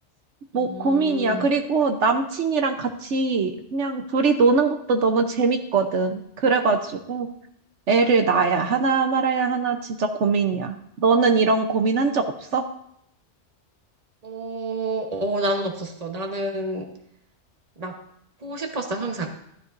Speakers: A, on the right; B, on the right.
A: 뭐
B: 음,
A: 고민이야. 그리고 남친이랑 같이 그냥 둘이 노는 것도 너무 재밌거든. 그래가지고 애를 낳아야 하나 말아야 하나 진짜 고민이야. 너는 이런 고민한 적 없어?
B: 어, 어, 나는 없었어. 나는 낳고 싶었어, 항상.